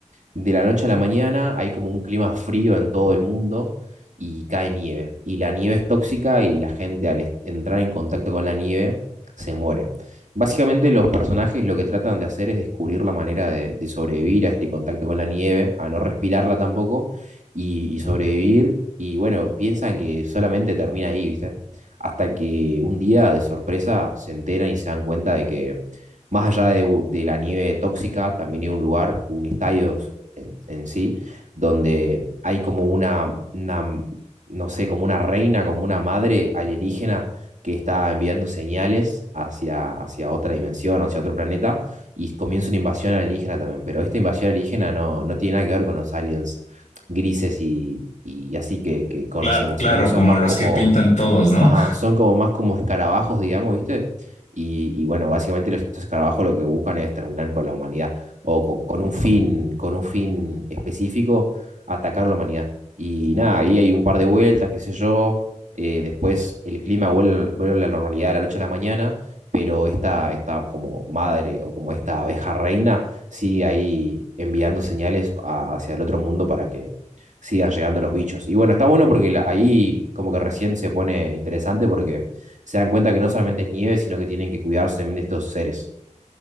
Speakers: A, on the right; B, on the left.
A: de la noche a la mañana hay como un clima frío en todo el mundo y cae nieve. Y la nieve es tóxica y la gente al est- entrar en contacto con la nieve se muere. Básicamente los personajes lo que tratan de hacer es descubrir la manera de, de sobrevivir a este contacto con la nieve, a no respirarla tampoco y, y sobrevivir. Y bueno, piensan que solamente termina ahí, ¿viste? Hasta que un día de sorpresa se enteran y se dan cuenta de que más allá de, u- de la nieve tóxica, también hay un lugar, un estadio en, en sí, donde hay como una, una, mm, no sé, como una reina, como una madre alienígena que está enviando señales hacia, hacia otra dimensión, hacia otro planeta, y comienza una invasión alienígena también. Pero esta invasión alienígena no, no tiene nada que ver con los aliens grises y, y así que, que conocemos,
B: claro, claro,
A: sino que son
B: como
A: más
B: los
A: como
B: que pintan todos, ¿no?
A: Ajá, son como más como escarabajos, digamos, ¿viste? Y, y bueno, básicamente los- estos escarabajos lo que buscan es terminar con la humanidad o co- con, un fin, con un fin específico, atacar la humanidad. Y nada, ahí hay un par de vueltas, qué sé yo. eh, después el clima vuelve, vuelve a la normalidad de la noche a la mañana, pero esta, esta como madre o como esta abeja reina sigue ahí enviando señales a- hacia el otro mundo para que sigan llegando los bichos. Y bueno, está bueno porque la- ahí como que recién se pone interesante porque se dan cuenta que no solamente es nieve, sino que tienen que cuidarse también de estos seres.